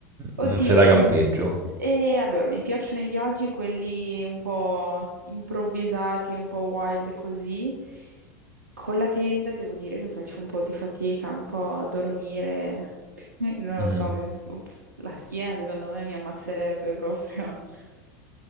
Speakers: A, on the right; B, on the right.
A: Oddio,
B: non sei
A: mi...
B: da campeggio.
A: E allora, mi piacciono i viaggi, quelli un po' improvvisati, un po' wild così. Con la tenda devo dire che faccio un po' di fatica, un po' a dormire. <laughs> Non
B: Mm.
A: lo so, mi- la schiena secondo me mi ammazzerebbe proprio. <laughs>